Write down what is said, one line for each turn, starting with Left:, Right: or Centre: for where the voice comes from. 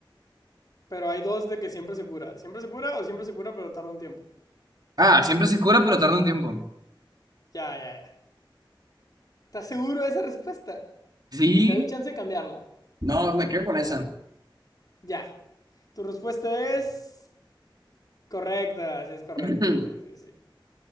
Left: Pero hay dos de que siempre se cura. Siempre se cura o siempre se cura, pero tarda un tiempo.
Right: Ah, siempre se cura, pero tarda un tiempo.
Left: Ya, ya, ya. ¿Estás seguro de esa respuesta?
Right: Sí.
Left: Te doy chance de cambiarla.
Right: No, me quedo con esa.
Left: Ya. Tu respuesta es correcta, sí es correcta.
Right: <clears throat>
Left: Sí, sí, sí.